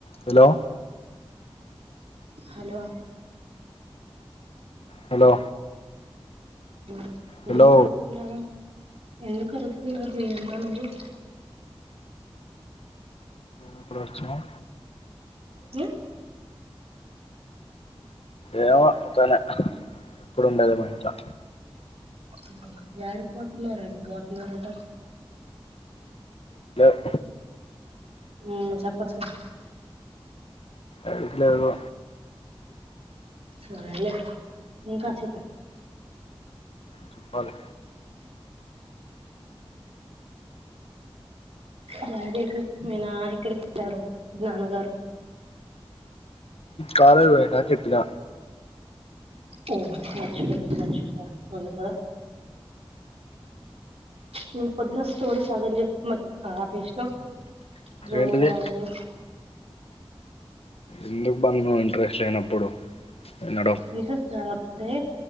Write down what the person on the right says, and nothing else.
hello
ఆ
ఎందుకు అంటున్నారు ఎందుకు కరుపుతున్నారు మీరన్నాను బ
ఉ
ఇప్ప ఎడికిపోతున్నారు ఎడికిపోతున్నారంట
హమ్ చెప్పొచ్చు కదా
సరేలే మీకా అచ్చుపే
డాడీ ఎక్కడికి మీనా ఎక్కడికి వెళ్ళారు మీ నాన్నగారు
ఓ ఓచ్చి మే అవును కదా నిన్న పొద్దున స్టోరీ సగం చెప్పి మద్ ఆపేసినవ్ జోగేంద్ర
వళు
ఇంట్రెస్ట్ రాలే అప్ ప్పుడే